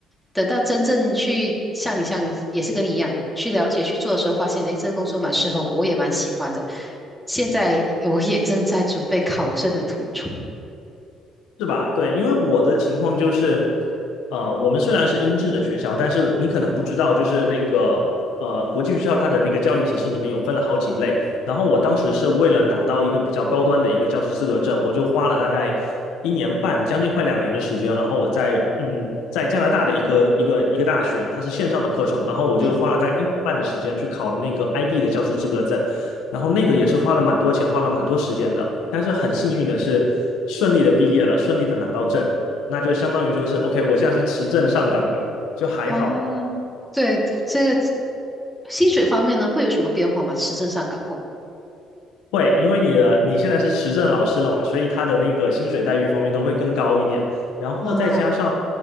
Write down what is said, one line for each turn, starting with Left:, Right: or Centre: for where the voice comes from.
Centre: 等到真正去像你像也是跟你一样去了解去做的时候，发现诶这个工作蛮适合我，我也蛮喜欢的。现在我也正在准备考证的途中。
Left: 是吧？对，因为我的情况就是，呃，我们虽然是英制的学校，但是你可能不知道，就是那个呃，国际学校它的那个教育体系里面有分了好几类。然后我当时是为了拿到一个比较高端的一个教师资格证，我就花了大概一年半，将近快两年的时间。然后我在嗯，在加拿大的一个一个一个大学，它是线上的课程，然后我就花了大概一年半的时间去考了那个
Centre: 嗯。
Left: IB 的教师资格证。然后那个也是花了蛮多钱，花了蛮多时间的，但是很幸运的是顺利的毕业了，顺利的拿到证，那就相当于说是 OK，我现在是持证上岗的，就还好。
Centre: 啊，对，这个薪水方面呢，会有什么变化吗？持证上岗后
Left: 会，因为你的你现在是持证老师了嘛，所以他的那个薪水待遇方面都会更高一点。然后再加上，
Centre: 啊，